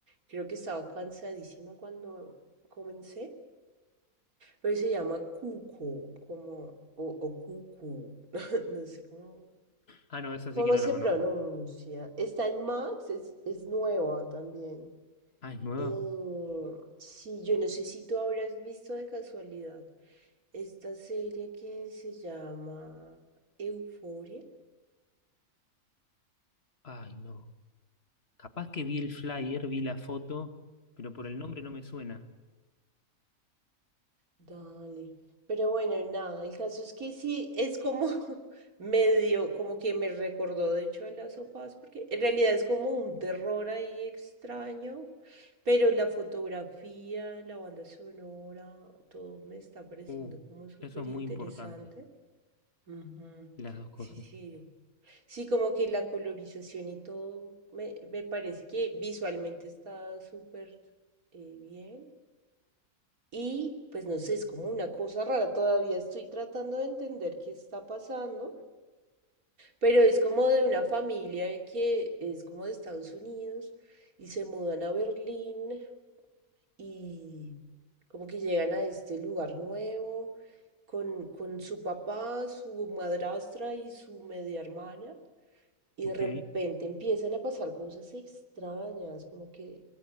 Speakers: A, on the right; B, on the left.
A: creo que estaba cansadísima cuando comencé, pero se llama Cuco, como, o, o Cucu, <laughs> no, sé cómo
B: Ah, no, esa sí
A: ¿Cómo
B: que no
A: se
B: la conozco.
A: pronuncia? Está en Max, es, es nueva también.
B: Ah, ¿es nueva?
A: Eh, sí, yo no sé si tú habrás visto de casualidad esta serie que se llama Euforia.
B: Ay, no. Capaz que vi el flyer, vi la foto, pero por el nombre no me suena.
A: Dale. Pero bueno, nada, el caso es que sí, es como <laughs> medio, como que me recordó de hecho a las sofás, porque en realidad es como un terror ahí extraño, pero la fotografía, la banda sonora, todo me está pareciendo
B: Uh,
A: como súper
B: eso es muy
A: interesante.
B: importante,
A: Ujú.
B: las dos cosas.
A: Sí, sí. Sí, como que la colorización y todo me, me parece que visualmente está súper eh, bien. Y pues no sé, es como una cosa rara, todavía estoy tratando de entender qué está pasando, pero es como de una familia que es como de Estados Unidos y se mudan a Berlín y como que llegan a este lugar nuevo con, con su papá, su madrastra y su media hermana. Y
B: Ok,
A: de repente empiezan a pasar cosas extrañas, como que,